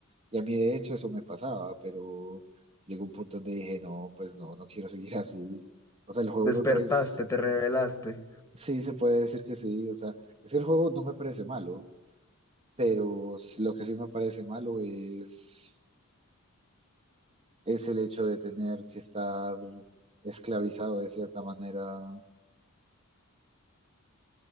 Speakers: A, on the right; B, on the left.
A: Y a mí, de hecho, eso me pasaba, pero llegó un punto donde dije, no, pues no, no quiero seguir así. O sea, el juego
B: Despertaste,
A: me parece,
B: te revelaste.
A: sí, se puede decir que sí, o sea, es que el juego no me parece malo, pero lo que sí me parece malo es es el hecho de tener que estar esclavizado de cierta manera.